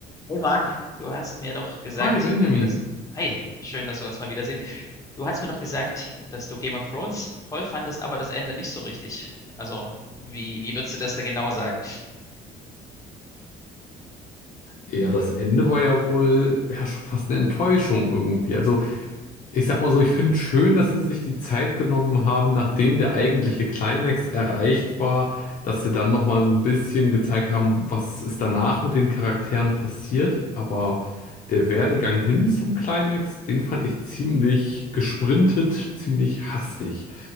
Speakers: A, on the left; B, on the left.
A: Hey Marc, du hast mir doch gesagt,
B: Hi Benjamin.
A: äh, dass. Hi, schön, dass wir uns mal wiedersehen. Du hast mir doch gesagt, dass du Game of Thrones toll fandest, aber das Ende nicht so richtig. Also, wie, wie würdest du das denn genau sagen?
B: Ja, das Ende war ja wohl ja schon fast eine Enttäuschung irgendwie. Also ich sag mal so, ich finde schön, dass sie sich die Zeit genommen haben, nachdem der eigentliche Climax erreicht war, dass sie dann noch mal so ein bisschen gezeigt haben, was ist danach mit den Charakteren passiert. Aber der Werdegang hin zum Climax, den fand ich ziemlich gesprintet, ziemlich hastig.